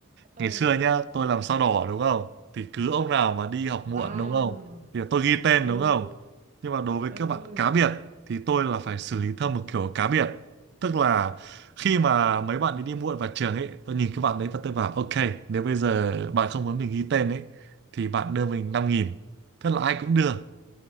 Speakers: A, on the right (about 35°); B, on the right (about 50°).
A: ừ
B: ngày xưa nhá, tôi làm sao đỏ đúng không? Thì cứ ông nào mà đi học muộn
A: wow
B: đúng không? Thì tôi ghi tên
A: ừ
B: đúng không? Nhưng mà đối với
A: ừ
B: các bạn cá biệt thì tôi là phải xử lý theo một kiểu cá biệt. Tức là khi mà mấy bạn ấy đi muộn vào trường ấy, tôi nhìn các bạn đấy và tôi bảo ok, nếu bây giờ bạn không muốn mình ghi tên ấy thì bạn đưa mình năm nghìn Thế là ai cũng đưa.